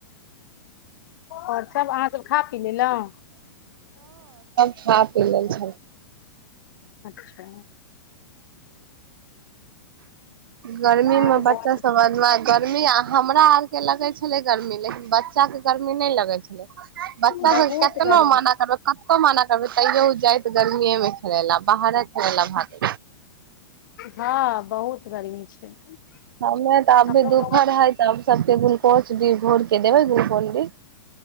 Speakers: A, on the left (about 60°); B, on the right (about 70°).
A: आओर सभ अहाँसभ खा पी लेलहुँ
B: खाब प लेल छै
A: अच्छा
B: गर्मी
A: अहाँके
B: मे
A: बौआ
B: बच्चा सब गर्मी हमरा आर के लगे छले गर्मी लेकिन बच बच्चा के गर्मी नहि लगे छले बच्चा
A: बहुत
B: सब केतना
A: गर्मी
B: मना करबै कतो मना करबै तैयो जाइत गर्मीए मे खेले ला बाहरे खेले ल भाग
A: हँ बहुत गर्मी छै
B: हमे
A: हमरो
B: तऽ अ भी दुपहर
A: बौआ सब-
B: है तऽ सब टेबुल कोच दी भोरके देव दू फोल्डिं